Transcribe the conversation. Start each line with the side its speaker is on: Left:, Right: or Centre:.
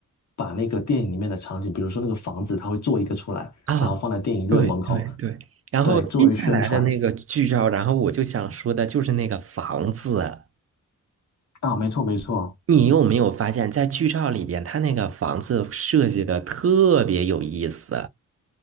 Left: 把那个电影里面的场景，比如说那个房子，它会做一个出来，
Right: 啊，
Left: 然后放在电影院门口，
Right: 对对对，然后接下来的那个剧照，
Left: 对，作为宣传。
Right: 然后我就想说的就是那个房子啊，
Left: 啊，没错没错，
Right: 你有没有发现，在剧照里边，他那个房子设计的特别有意思？